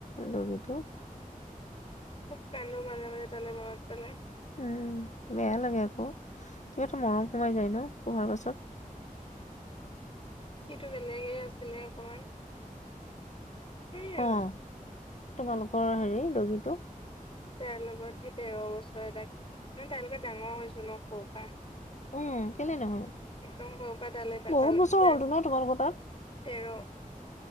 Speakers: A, on the left; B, on the left.
A: দগীটো
B: খুব কান্দো মাজে মাজে তালে মনত পেলাই
A: উম, বেয়া লাগে আকৌ। কিবা এটা মৰম সোমাই যায় ন পোহাৰ পাছত
B: সেইটো বেলেগে আছিলে অকমান সেই আৰু
A: অ', তোমালোকৰ হেৰি দগী টো
B: তাৰ লগত সেই তেৰ বছৰ তাক মানে তাৰ লগত ডাঙৰ হৈছো ন' সৱু পা
A: উম, কেলে নহয়
B: একদম সৰু পা তালে চাফা
A: বহুত বছৰ
B: ক্লাছ
A: হ'লতো ন তোমালোকৰ তাত?
B: তেৰ